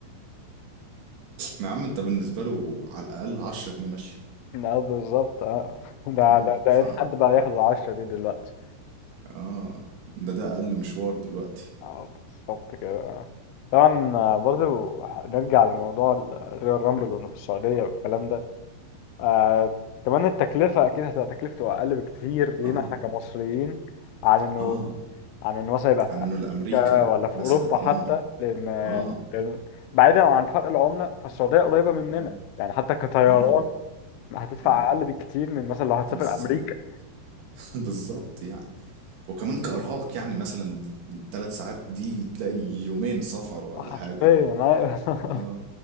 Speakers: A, on the right (about 65°); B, on the left (about 85°).
A: ما يا عم انت بالنسبه له على الاقل 10 جنيه ماشيه
B: لا بالظبط اه ده
A: اه
B: ده ده
A: ف
B: إن حد بقى ياخد العشرة دي دلوقتي
A: اه ده ده اقل مشوار دلوقتي
B: اه بالظبط كده طبعا آه، برضه نرجع لموضوع الريال رامبل وانه في السعودية والكلام ده آه كمان التكلفة أكيد هتبقى تكلفته أقل بكتير لينا
A: اه
B: احنا كمصريين عن إنه
A: اه
B: عن ان مثلا يبقى في
A: عنونه
B: امريكا
A: لامريكا
B: ولا في
A: مثلا
B: اوروبا
A: اه
B: حتى لان
A: اه
B: لأن بعيدا عن فرق العمله فالسعوديه قريبه مننا
A: اه
B: يعني حتى كطيران
A: اه
B: هتدفع
A: اه
B: اقل بكتير من مثلا لو هتسافر
A: بالظبط
B: امريكا
A: <laughs> بالظبط يعني وكمان كإرهاق يعني مثلا دي دي التلات ساعات دي تلاقي يومين سفر ولا
B: حرفيا
A: حاجة
B: ايوه
A: اه
B: <laughs>